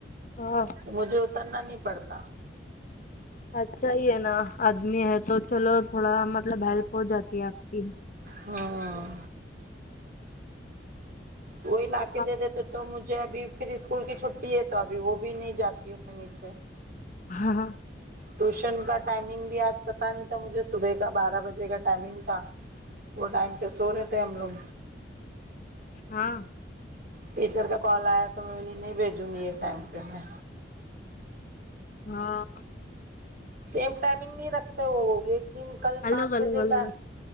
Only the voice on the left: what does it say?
ہاں
اچھا ہی ہے نا آدمی ہے تو چلو تھوڑا مطلب ہیلپ ہو جاتی ہے آپ کی
ہاں
ہاں
ہاں
ہاں
الگ
الگ الگ